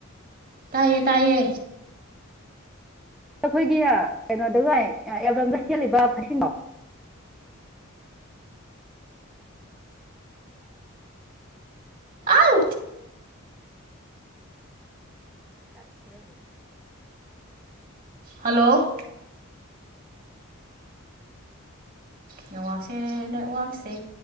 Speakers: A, on the right; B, in the centre.
A: ꯇꯥꯏꯌꯦ ꯇꯥꯏꯌꯦ
B: ꯑꯩꯈꯣꯏꯒꯤ ꯀꯩꯅꯣꯗꯒ ꯑꯦꯜꯕꯝꯗ ꯁꯦꯠꯂꯤꯕ ꯐꯩꯁꯤꯡꯗꯣ
A: ꯌꯥꯥꯎ
B: ꯇꯠꯈꯔꯦꯕꯨ
A: ꯍꯜꯂꯣ ꯅꯦꯠꯋꯥꯛꯁꯦ ꯅꯦꯠꯋꯥꯛꯁꯦ